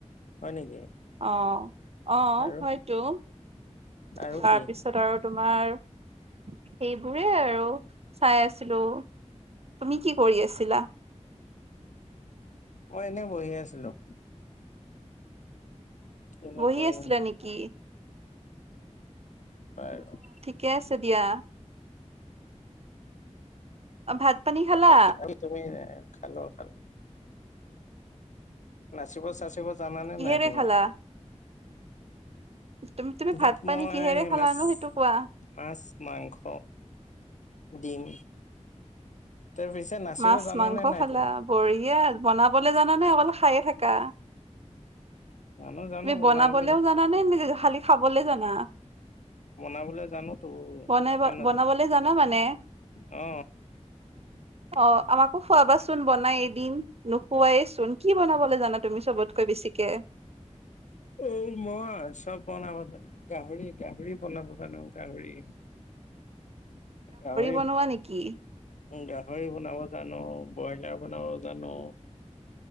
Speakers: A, on the left; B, on the right.
A: হয় নেকি?
B: অ অ
A: আৰু
B: হয়তো
A: আৰু
B: তাৰপিছত।
A: কি
B: <unintelligible> আৰু তোমাৰ সেইবোৰে আৰু চাই আছিলোঁ। তুমি কি কৰি আছিলা?
A: মই এনেই বহি আছিলোঁ। কিনো
B: বহি
A: কৰিম,
B: আছিলা নেকি
A: বাৰু।
B: কে আছে দিয়া। অ' ভাত পানী খালা?
A: বাকী তুমি, খালোঁ, খালোঁ। নাচিব চাচিব জানানে
B: কিহেৰে
A: নাই তুমি?
B: খালা তুমি তুমি
A: ভাত
B: পানী
A: মই
B: কিহেৰে খালা
A: মাছ
B: নো সেইটো কোৱা
A: মাছ, মাংস, ডিম তাৰপিছ এ, নাচিব
B: মাছ
A: জানানে
B: মাংস
A: নাই
B: খালা
A: তুমি?
B: বঢ়িয়া, বনাবলে জানা নে অকল খায়ে থাকা?
A: জানো জানো
B: তুমি
A: বনাবলৈ
B: বনাবলেও জানে নে খালি খাবলৈ জানা?
A: বনাবলৈ জানোতো
B: বনাই
A: <unintelligible>
B: বনাবলে জানা মানে?
A: অ'।
B: অ' আমাকো খোৱাবাচোন বনাই এদিন। নোখোৱায়েচোন। কি বনাবলৈ জানা তুমি চবতকৈ বেছিকে?
A: এই মই চব বনবো জানো, গাহৰি, গাহৰি বনাব জানো। গাহৰি, গাহৰি
B: বনোৱা নেকি?
A: গাহৰি বনাব জানো, ব্ৰইলাৰ বনাব জানো